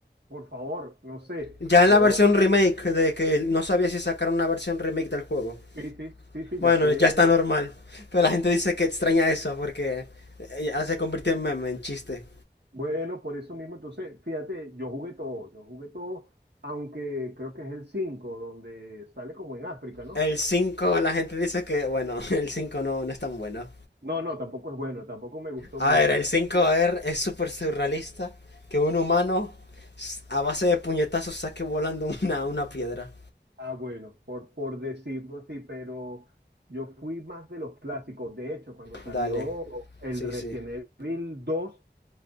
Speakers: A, on the right; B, on the left.
A: por favor, no sé,
B: Ya en
A: yo,
B: la versión remake, de que no sabía si sacar una versión remake del juego.
A: sí, sí, sí, sí,
B: Bueno,
A: ya sé.
B: ya está normal. Pero la gente dice que extraña eso porque eh, ya se convirtió en meme, en chiste.
A: Bueno, por eso mismo, entonces, fíjate, yo jugué todo, yo jugué todo, aunque creo que es el 5 donde sale como en África, ¿no?
B: El 5, la gente dice que, bueno, <laughs> el 5 no, no es tan bueno.
A: No, no, tampoco es bueno, tampoco me gustó
B: A
A: mucho.
B: ver, el 5
A: Yo,
B: a es súper surrealista que un humano s- a base de puñetazos saque volando una, una piedra.
A: Ah, bueno, por, por decirlo así, pero yo fui más de los clásicos. De hecho, cuando salió
B: Dale.
A: el
B: Sí,
A: Resident
B: sí.
A: Evil dos